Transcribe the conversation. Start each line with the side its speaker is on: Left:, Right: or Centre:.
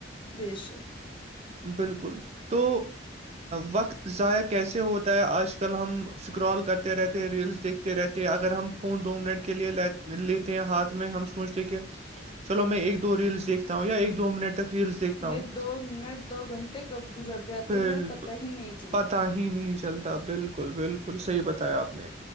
Left: بے‌شک
Right: بالکل تو وقت ضائع کیسے ہوتا ہے آج کل ہم اسکرال کرتے رہتے ہیں ریلس دیکھتے رہتے ہیں اگر ہم فون دو منٹ کے کے لیے ل لیتے ہیں ہاتھ میں ہم سوچتے کہ چلو میں ایک دو ریلس دیکھتا ہوں یا ایک دو منٹ ریلس دیکھتا
Left: یہ
Right: ہوں
Left: دو منٹ دو گھنٹے کب گزر جاتے
Right: بالکل
Left: ہیں پتہ ہی نہیں چلتا
Right: پتا ہی نہیں چلتا بالکل بالکل صحیح بتایا آپ نے